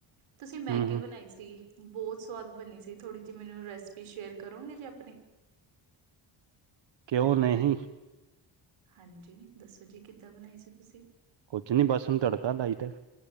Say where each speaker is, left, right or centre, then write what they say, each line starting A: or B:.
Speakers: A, on the right; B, on the right.
A: ਤੁਸੀਂ ਮੈਗੀ
B: ਹਮ ਹਮ
A: ਬਣਾਈ ਸੀ। ਬਹੁਤ ਸਵਾਦ ਬਣੀ ਸੀ, ਥੋੜੀ ਜਿਹੀ ਮੈਨੂੰ ਰੈਸਪੀ ਸ਼ੇਅਰ ਕਰੋਗੇ ਜੀ ਆਪਣੀ।
B: ਕਿਉਂ ਨਹੀਂ।
A: ਹਾਂਜੀ, ਦੱਸੋ ਜੀ, ਕਿੱਦਾਂ ਬਣਾਈ ਸੀ ਤੁਸੀਂ।
B: ਕੁੱਝ ਨੀ ਬਸ ਓਹਨੂੰ ਤੜਕਾ ਲਾਈਦੈ,